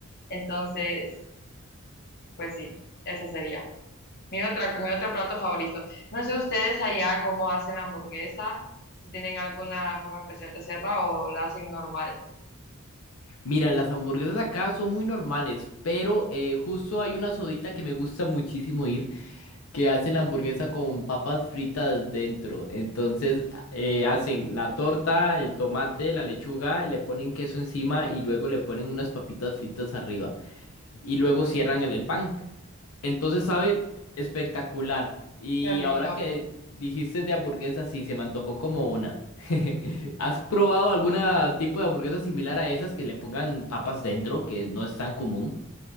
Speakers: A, on the left (about 50°); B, on the left (about 85°).
A: Entonces, pues sí, ese sería. Mi otra, mi otro plato favorito. No sé ustedes allá cómo hacen la hamburguesa, si tienen alguna forma especial de hacerla o la hacen normal.
B: Mira, las hamburguesas acá son muy normales, pero eh, justo hay una sodita que me gusta muchísimo ir, que hacen la hamburguesa con papas fritas dentro. Entonces a- eh, hacen la torta, el tomate, la lechuga, le ponen queso encima y luego le ponen unas papitas fritas arriba y luego cierran el el pan. Entonces sabe espectacular. Y
A: Qué rico.
B: ahora que dijiste de hamburguesas, sí, se me antojó como una. <laughs> ¿Has probado algún tipo de hamburguesa similar a esas que le pongan papas dentro, que no es tan común?